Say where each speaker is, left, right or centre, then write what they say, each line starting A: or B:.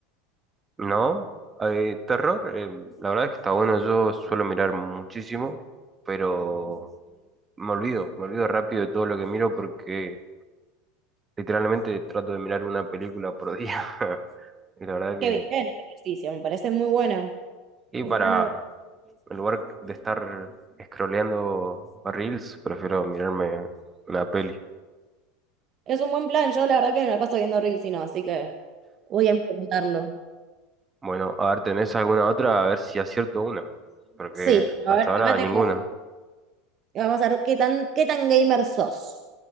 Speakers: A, on the right; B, on the right.
A: ¿No? Eh, terror, eh, la verdad es que está bueno, yo suelo mirar muchísimo, pero me olvido, me olvido rápido de todo lo que miro porque literalmente trato de mirar una película por día. <laughs> Y la verdad que...
B: Qué bien este ejercicio, me parece muy bueno.
A: Y
B: Es
A: para
B: un gran-
A: en lugar de estar scrolleando reels, prefiero mirarme una peli.
B: es un buen plan, yo la verdad que me la paso viendo Reels y no, así que voy a implementarlo.
A: Bueno, a ver, ¿tenés alguna otra? A ver si acierto una. Porque
B: Sí, a
A: hasta
B: ver,
A: ahora
B: acá tengo.
A: ninguna.
B: Vamos a ver qué tan, qué tan gamer sos.